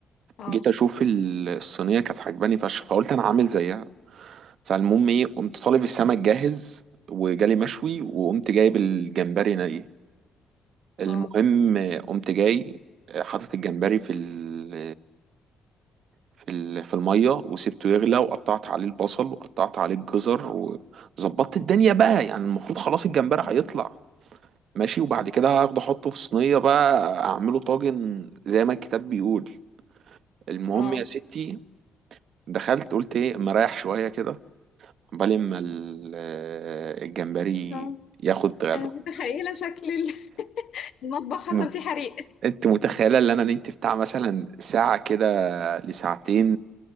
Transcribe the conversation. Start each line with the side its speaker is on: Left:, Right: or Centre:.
Left: اه
Right: جيت اشوف ال- الصينيه كانت عجباني فشخ فقلت انا عامل زيها فالمهم ايه قمت طالب السمك جاهز وجالي مشوي وقمت جايب الجمبري ني المهم
Left: اه
Right: قمت جاي حاطط الجمبري في ال في ال في الميه وسبته يغلى وقطعت عليه البصل وقطعت عليه الجزر وظبطت الدنيا بقى يعني المفروض خلاص الجمبري
Left: <laughs>
Right: هيطلع ماشي وبعد كده هاخده احطه في صينيه بقى اعمله طاجن زي ما الكتاب بيقول المهم
Left: اه
Right: يا ستي دخلت قلت ايه اما اريح شويه كده عقبال ما ال- الجمبري
Left: اه
Right: ياخد غلوه
Left: أنا متخيلة شكل ال- <laughs> المطبخ
Right: مم.
Left: حصل فيه حريق
Right: انت متخيله ان انا نمت بتاع مثلا ساعه كده لساعتين